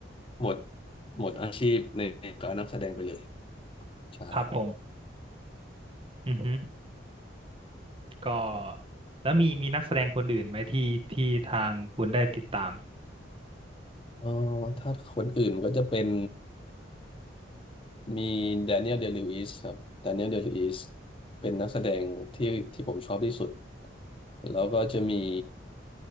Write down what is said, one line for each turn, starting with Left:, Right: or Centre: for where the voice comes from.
Left: หมดหมดอาชีพในการนักแสดงไปเลยใช่
Right: ครับผมอือฮึก็แล้วมีมีนักแสดงคนอื่นไหมที่ที่ทางคุณได้ติดตาม
Left: เออถ้าคนอื่นก็จะเป็น มีแดเนียลเดลิวอิสครับแดเนียลเดลิวอิสเป็นนักแสดงที่ที่ผมชอบที่สุดแล้วก็จะมี